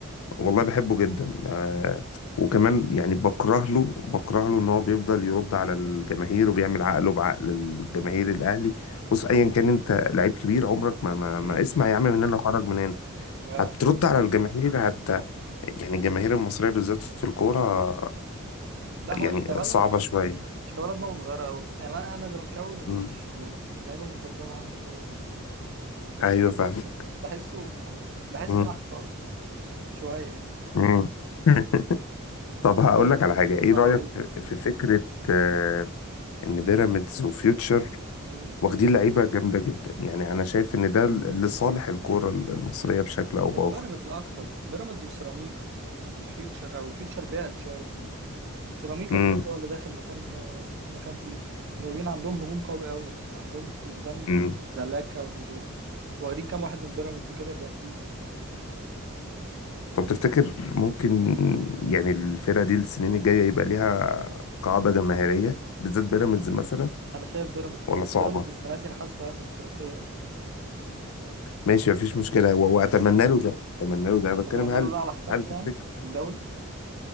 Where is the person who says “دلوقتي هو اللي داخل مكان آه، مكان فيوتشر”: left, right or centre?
Right